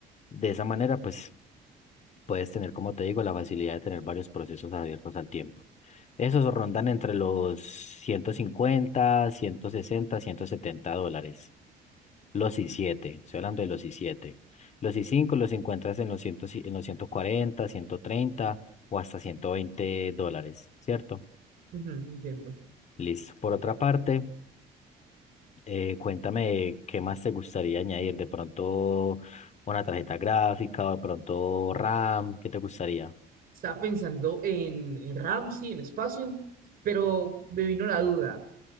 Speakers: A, on the left; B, on the right.
A: De esa manera, pues puedes tener, como te digo, la facilidad de tener varios procesos abiertos al tiempo. Esos rondan entre los ciento ciento cincuenta ciento sesenta ciento setenta dólares. Los i7, estoy hablando de los i7. Los i5 los encuentras en los, 100 en los ciento cuarenta ciento treinta o hasta 120 dólares, ¿cierto?
B: Ujú, entiendo.
A: Listo. Por otra parte, Eh, cuéntame qué más te gustaría añadir, de pronto una tarjeta gráfica o de pronto RAM, ¿qué te gustaría?
B: Estaba pensando en, en Ramsey, en espacio, pero me vino la duda.